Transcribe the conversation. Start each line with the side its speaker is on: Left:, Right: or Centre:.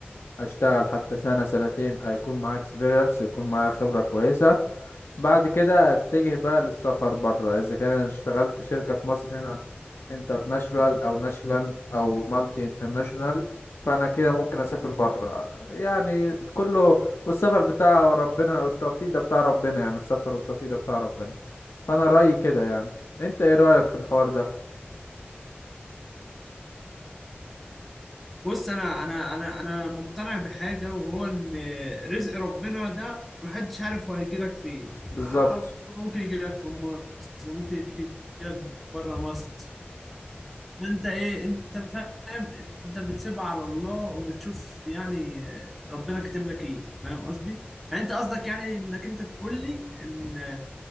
Left: اشتغل حتى سنة سنتين هيكون معايا اكسبيرينس يكون معايا خبرة كويسة بعد كده اتجه بقى للسفر بره اذا كان أنا اشتغلت شركة في مصر هنا انترناشونال او ناشونال او مالتي انترناشونال فانا كده ممكن اسافر بره يعني كله والسفر بتاع ربنا والتوفيق ده بتاع ربنا يعني السفر والتوفيق ده بتاع ربنا فانا رأيي كده يعني انت ايه رأيك في الحوار ده
Centre: بص انا انا انا انا مقتنع بحاجه وهو ان رزق ربنا ده محدش عارف هو هيجيلك فين
Left: بالظبط
Centre: آه، ممكن يجيلك في مصر ممكن يجيلك بره مصر انت ايه انت فاهم انت بتسيبها على الله وبتشوف يعني آه، ربنا كاتب لك ايه فاهم قصدي يعني انت قصدك يعني انك انت تقول لي ان